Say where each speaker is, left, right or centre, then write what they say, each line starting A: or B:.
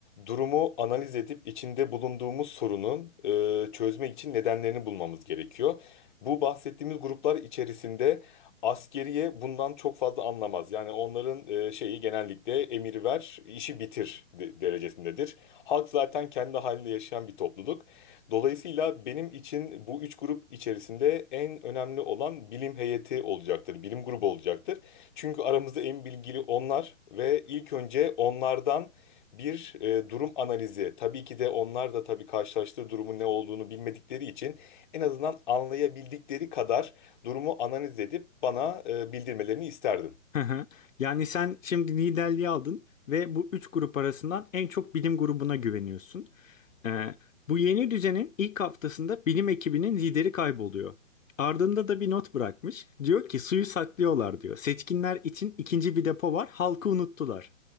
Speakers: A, on the left; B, on the left.
A: durumu analiz edip içinde bulunduğumuz sorunun e, çözmek için nedenlerini bulmamız gerekiyor. Bu bahsettiğimiz gruplar içerisinde askeriye bundan çok fazla anlamaz. Yani onların e, şeyi genellikle emir ver, işi bitir de- derecesindedir. Halk zaten kendi halinde yaşayan bir topluluk. Dolayısıyla benim için bu üç grup içerisinde en önemli olan bilim heyeti olacaktır, bilim grubu olacaktır. Çünkü aramızda en bilgili onlar ve ilk önce onlardan bir e, durum analizi. Tabii ki de onlar da tabii karşılaştığı durumun ne olduğunu bilmedikleri için en azından anlayabildikleri kadar durumu analiz edip bana e, bildirmelerini isterdim.
B: Hı hı. Yani sen şimdi liderliği aldın ve bu üç grup arasından en çok bilim grubuna güveniyorsun. Ee, bu yeni düzenin ilk haftasında bilim ekibinin lideri kayboluyor. Ardında da bir not bırakmış. Diyor ki suyu saklıyorlar diyor. Seçkinler için ikinci bir depo var. Halkı unuttular.